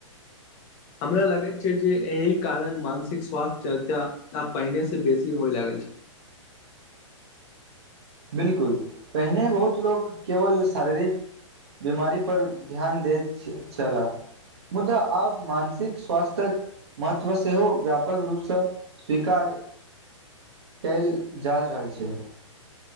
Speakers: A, on the left; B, on the right.
A: हमरा लगैत छै जे एहि कारण मानसिक स्वास्थ्य चर्चा आब पहिने से बेसी होय लागल छै
B: बिलकुल पहिने बहुत लोको केवल शारीरिक बीमारी पर ध्यान देइत छला मुदा आब मानसिक स्वास्थक महत्व सेहो व्यापक रूपसँ स्वीकार कयल जा रहल छै